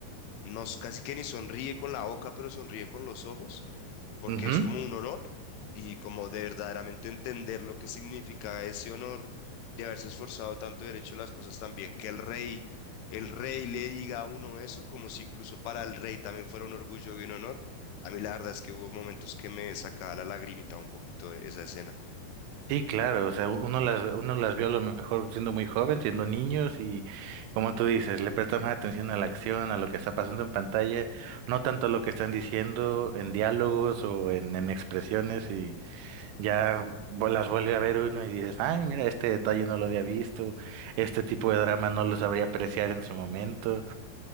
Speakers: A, on the left; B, on the right.
A: no casi que ni sonríe con la boca, pero sonríe con los ojos, porque
B: Ujú.
A: es como un honor y como de verdaderamente entender lo que significa ese honor de haberse esforzado tanto y haber hecho las cosas tan bien, que el rey, el rey le diga a uno eso, como si incluso para el rey también fuera un orgullo y un honor. A mí la verdad es que hubo momentos que me sacaba la lagrimita un poquito esa escena.
B: Sí, claro, o sea, uno las, uno las vio a lo mejor siendo muy joven, siendo niños y como tú dices, le prestan más atención a la acción, a lo que está pasando en pantalla, no tanto a lo que están diciendo en diálogos o en, en expresiones y ya vu- las vuelve a ver uno y dices, ay, mira, este detalle no lo había visto, este tipo de drama no lo sabría apreciar en su momento,